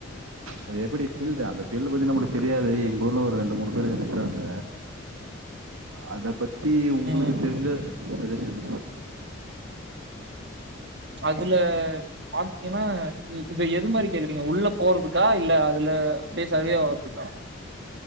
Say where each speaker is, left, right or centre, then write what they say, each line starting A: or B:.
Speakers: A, on the right (about 85°); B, on the right (about 55°).
A: அது எப்டி ஃபில்டு
B: ம்
A: அது பில்லு பத்தி நமளுக்கு தெரியாது எங்ஊர்ல ஒரு ரெண்டு மூணு பேரு இருக்கிறாங்க அத பத் தி உங்களுக்கு
B: ம் ம்.
A: தெரிஞ்ச சஜஷன்
B: அதுல ஹாட்ஃப்லீமா இ இப்பஎது மாரி கேக்குறீங்க உள்ள போறதுக்கா இல்ல அதுல அப்டியே சரியாவருதுகா